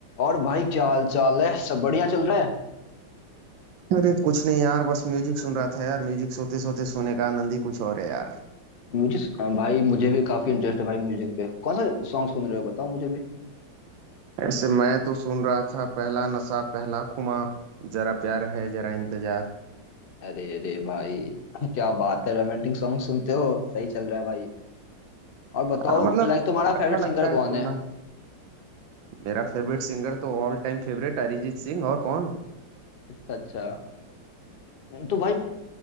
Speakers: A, on the left (about 35°); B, on the right (about 85°).
A: और भाई क्या हाल चाल है सब बढ़िया चल रहा है
B: अरे कुछ नहीं यार बस म्यूजिक सुन रहा था यार म्यूजिक सोते सोते सोने का आनंद ही कुछ और है यार
A: म्यूजिक भाई मुझे भी काफी इंटरेस्ट है भाई म्यूजिक पे कौन सा सॉन्ग सुन रहे हो बताओ मुझे भी
B: ऐसे मैं तो सुन रहा था पहला नशा पहला खुमा जरा प्यार है जरा इंतजार
A: अरे अरे भाई <laughs> क्या बात है रोमांटिक सॉन्ग सुनते हो सही चल रहा है भाई और बताओ
B: हाँ, मतलब
A: लाइक तुम्हारा
B: अच्छा
A: फेवरेट
B: लगता
A: सिंगर
B: है
A: कौन
B: सुनना
A: है
B: मेरा फेवरेट सिंगर तो all time favourite Arijit Singh और कौन
A: अच्छा अच्छा तो भाई अ,